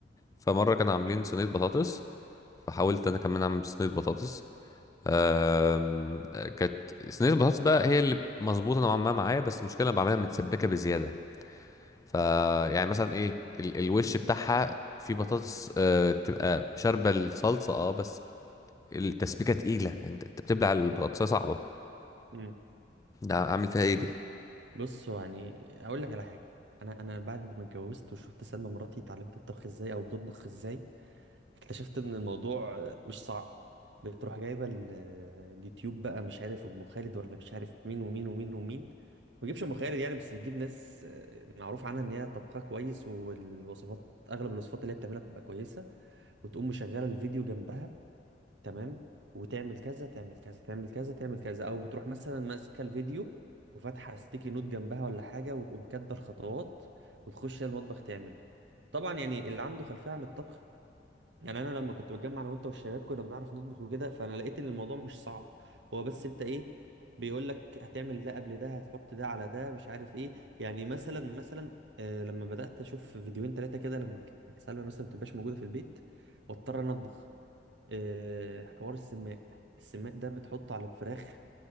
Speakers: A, on the left; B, on the right.
A: فمره كانوا عاملين صينيه بطاطس فحاولت انا كمان اعمل صينيه بطاطس آم، كانت صينيه البطاطس بقى هي اللي مظبوطه نوعا ما معايا بس المشكله أنا بعملها متسبكه بزياده ف يعني مثلا ايه ال الوش بتاعها في بطاطس آه تبقى شاربه الصلصه اه بس التسبيكه تقيله يعني انت أنت بتبلع البطاطسايه صعبه
B: امم
A: ده عامل فيها ايه دي
B: بص هو يعني اقول لك على حاجه انا انا بعد ما اتجوزت وشفت سلمى مراتي اتعلمت الطبخ ازاي او بتطبخ ازاي اكتشفت ان الموضوع آه، مش صعب بتروح جايبه ال- آه، اليوتيوب بقى مش عارف ام خالد ولا مش عارف مين ومين ومين ومين ما تجيبش ام خالد يعني بس بتجيب ناس آه، معروف عنها ان هي طبخها كويس والوصفات اغلب الوصفات اللي هي بتعملها بتبقى كويسه وتقوم مشغله الفيديو جنبها تمام وتعمل كذا تعمل كذا تعمل كذا تعمل كذا او بتروح مثلا ماسكه الفيديو وفاتحه ستيكي نوت جنبها ولا حاجه وتقوم كاتبه الخطوات وتخش هي المطبخ تعمل طبعا يعني اللي عنده خلفيه عن الطبخ يعني انا لما كنت بتجمع انا وانت والشباب كنا بنعرف نطبخ وكده فانا لقيت ان الموضوع مش صعب هو بس انت ايه بيقول لك هتعمل ده قبل ده هتحط ده على ده مش عارف ايه يعني مثلا مثلا آه لما بدات اشوف فيديوهين ثلاثه كده لما كانت سلمى مثلا ما بتبقاش موجوده في البيت واضطر انا اطبخ آه، حوار السماق السماق ده بتحطه على الفراخ